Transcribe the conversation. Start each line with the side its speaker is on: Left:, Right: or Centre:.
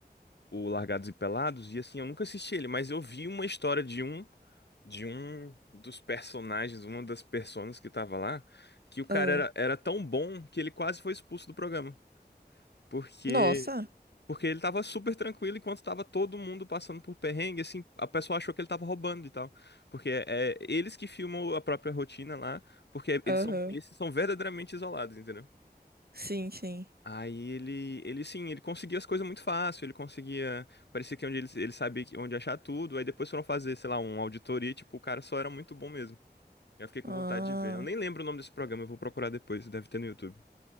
Left: o Largados e Pelados, e assim, eu nunca assisti ele, mas eu vi uma história de um de um dos personagens, uma das personas que tava lá, que o cara
Right: Ah,
Left: era, era tão bom que ele quase foi expulso do programa, porque
Right: nossa.
Left: porque ele tava super tranquilo enquanto tava todo mundo passando por perrengue, assim, a pessoa achou que ele tava roubando e tal, porque é, é eles que filmam a própria rotina lá, porque eles
Right: Aham.
Left: são esses são verdadeiramente isolados, entendeu?
Right: Sim, sim.
Left: Aí ele, ele sim, ele conseguia as coisas muito fácil, ele conseguia, parecia que onde ele, ele sabia que- onde achar tudo, aí depois foram fazer, sei lá, uma auditoria, tipo, o cara só era muito bom mesmo. Eu fiquei com
Right: Ah,
Left: vontade de ver. Eu nem lembro o nome desse programa, eu vou procurar depois, deve ter no YouTube.